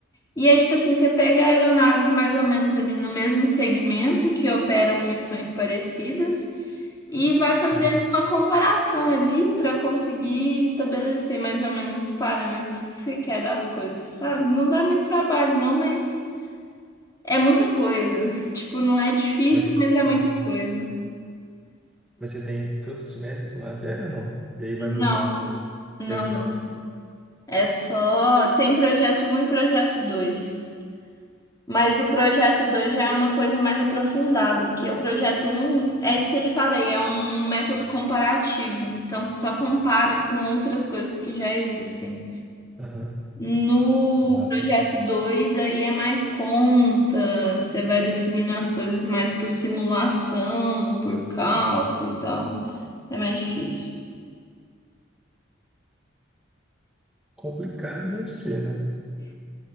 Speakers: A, on the left; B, in the centre.
A: E aí, tipo assim, você pega aeronaves mais ou menos ali no mesmo segmento que operam missões parecidas e vai fazendo
B: Ah,
A: uma comparação ali para conseguir estabelecer mais ou menos os parâmetros que você quer das coisas, sabe? Não dá muito trabalho, não, mas é muita coisa. <laughs> Tipo, não é difícil,
B: mas,
A: mas é muita
B: ah,
A: coisa.
B: mas você tem todo semestre essa matéria ou não? E aí
A: Não,
B: vai mudando o
A: não,
B: projeto.
A: não. É só. Tem projeto um e projeto dois Mas o projeto 2 já é uma coisa mais aprofundada, porque o projeto um é isso que eu te falei, é um método comparativo. Então você só compara com outras coisas que já existem.
B: Aham.
A: No
B: Ah,
A: projeto
B: tá.
A: 2 aí é mais conta, você vai definindo as coisas mais por simulação, por cálculo e tal. É mais difícil.
B: Complicado deve ser, né?